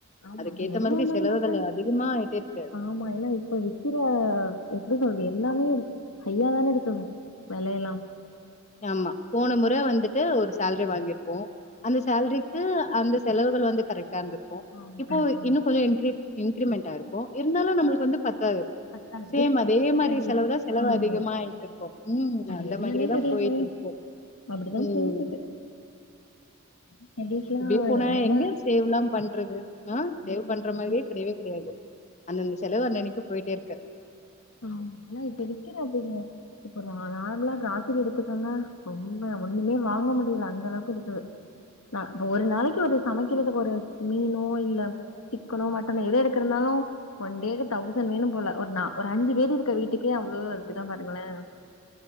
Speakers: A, on the left; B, on the left.
A: ஆமா
B: அதுக்கேத்த
A: எவ்ளோ
B: மாதிரி
A: வேணாலு
B: செலவுகள்
A: பாத்தா
B: அதிகமா ஆயிட்டேருக்கு
A: ஆமா இப்ப விக்கிற எப்டி சொல்றது ஹையாதான இருக்கு வெலையெல்லா
B: ஆமா போன முற வந்துட்டு ஒரு சேல்ரி வாங்கிருப்போ அந்த சேல்ரிக்கு அந்த செலவுகள் வந்து கரெக்டா இருந்திருக்கு
A: ஆமா
B: இப்போ
A: கரெக்டா வந்திருக்கு
B: இன்னு கொஞ்சோ இன்கி இன்கிரிமெண்ட் ஆயிருக்கு இருந்தாலு நம்மளுக்கு வந்து பத்தாது
A: பத்தாது
B: சேம் அதே மாரி
A: அது
B: செலவுதா செலவு
A: ஆமா
B: அதிகமா ஆயிட்டிருக்கு ம்
A: அது
B: அந்த
A: என்னன்னே
B: மாதிரிதா
A: தெர்ல
B: போயிட்டிருக்கு
A: போங்க அப்டிதா
B: ம்
A: போகுது ஸ்டடிஸ்லா
B: இப்டியே போனா
A: ரொம்ப
B: எங்க சேவ்லா பண்றது ஆ சேவ்
A: ஆமா
B: பண்ற
A: என்ன
B: மாதிரியே கெடையவே கெடையாது அந்தந்த செலவு அன்னன்னைக்கு போயிட்டேருக்கு
A: ஆமா ஆனா இப்ப இருக்குற பெரிய இப்ப நா நார்மலா கிராசரி எடுத்துக்கோங்க ரொம்ப ஒன்னுமே வாங்க முடியல அந்த அளவுக்கு இருக்குது நா இப்ப ஒரு நாளைக்கு ஒரு சமைக்கிறதுக்கு ஒரு மீனோ இல்ல சிக்கனோ மட்டனோ எதோ எடுக்கறதுனாலு ஒன் டேக்கு தௌசண் வேணு போல ஒரு நா ஒரு அஞ்சி பேர் இருக்க வீட்டுக்கே அவ்ளோ வருதுன்னா பாருங்களே